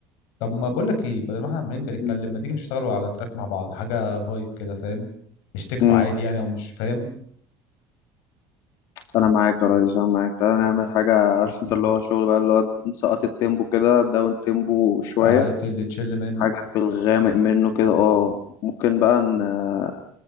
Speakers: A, on the left (about 75°); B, on the left (about 60°).
A: طب ما بقول لك ايه بدل ما احنا عمالين بنتكلم
B: امم
A: ما تيجي نشتغلوا على تراك مع بعض حاجه فايب كده فاهم مش تكنو
B: امم.
A: عادي يعني او مش فاهم
B: انا معاك يا ريس انا معاك تعالى نعمل حاجه عارف انت اللي هو شغل بقى اللي هو نسقط التيمبو كده داون تيمبو شويه
A: آه، في اللي تشيل منه
B: حاجه في الغامق منه كده اه ممكن بقى ن-